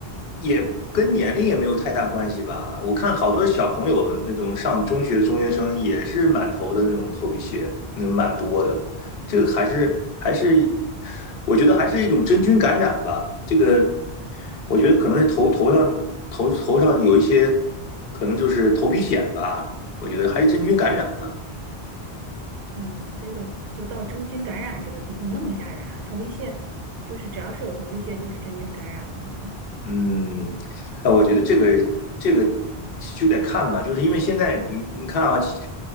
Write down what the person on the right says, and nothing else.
嗯，这个就到真菌感染这个地步那么吓人啊，头皮屑就是只要是有头皮屑就是真菌感染吗？